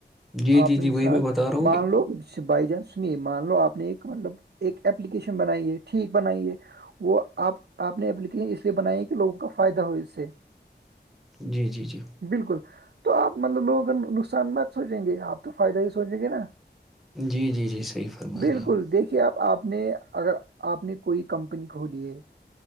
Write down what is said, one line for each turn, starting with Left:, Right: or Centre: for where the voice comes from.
Centre: جی جی
Right: آپ
Centre: جی
Right: نے مثال
Centre: وہی میں بتا رہا ہوں
Right: مان
Centre: کہ
Right: لو بائی چانس سنیے مان لو آپ نے ایک مطلب ایک اپلیکیشن بنائی ہے ٹھیک بنائی ہے وہ آپ آپ نے اپلیکیشن اس لیے بنائی ہے کہ لوگوں کا فائدہ ہو اس سے
Centre: جی جی جی
Right: بالکل تو آپ مطلب لوگوں کا نقصان مند سوچیں گے آپ تو فائدہ ہی سوچیں گے نا
Centre: جی جی جی صحیح فرما
Right: بالکل
Centre: رہیں آپ
Right: دیکھیے آپ آپ نے اگر آپ نے کوئی کمپنی کھولی ہے